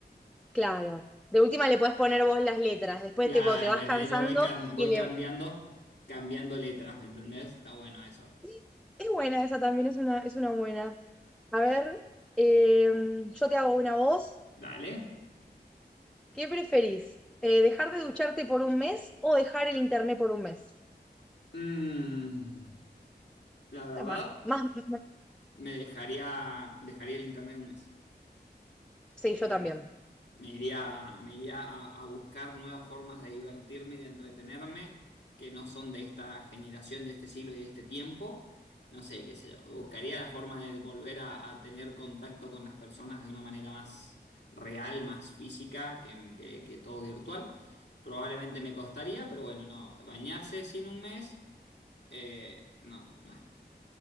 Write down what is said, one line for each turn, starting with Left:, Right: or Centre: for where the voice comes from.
Centre: Claro. De última le podés poner vos las letras. Después
Left: Claro,
Centre: tipo, te vas
Left: ¿me
Centre: cansando
Left: entendés? Yo voy, can- voy
Centre: y le.
Left: cambiando, cambiando letras, ¿me entendés? Está bueno eso.
Centre: <gasps> Es buena esa también, es una, es una buena. A ver, eh, yo te hago una voz.
Left: Dale.
Centre: ¿Qué preferís? Eh, ¿dejar de ducharte por un mes o dejar el internet por un mes?
Left: Mm, la verdad.
Centre: Está Más, más, más-
Left: Me dejaría, dejaría el internet un mes.
Centre: sí, yo
Left: Eh,
Centre: también.
Left: me iría, me iría a, a buscar nuevas formas de divertirme y de entretenerme que no son de esta generación, de este siglo y de este tiempo. No sé, qué sé yo. Buscaría la forma de volver a, a tener contacto con las personas de una manera más real, más física que, que- que todo virtual. Probablemente me costaría, pero bueno, no. Bañarse sin un mes, eh, no, nah.